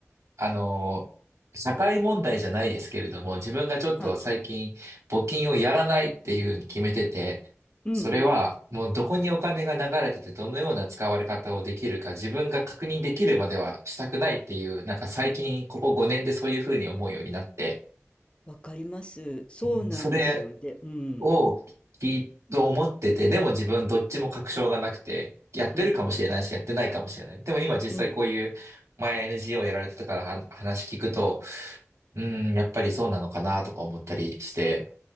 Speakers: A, on the right; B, on the left.
A: あの、社会問題じゃないですけれども、自分がちょっと最近募金をやらないっていうふうに決めてて、
B: はい、うんうん、
A: それはもうどこにお金が流れててどのような使われ方をできるか自分が確認できるまではしたくないっていう、なんか最近ここ5年でそういうふうに思うようになって、
B: わかります。そうなんですよ。
A: うんそれ
B: で、うん、
A: を聞いと思ってて、でも自分どっちも確証がなくて、やってるかもしれないし、
B: うん、
A: やってないかもしれない。でも今実際こういう前
B: うん、
A: NGO やられてたからは話聞くと、うん、やっぱりそうなのかなとか思ったりして、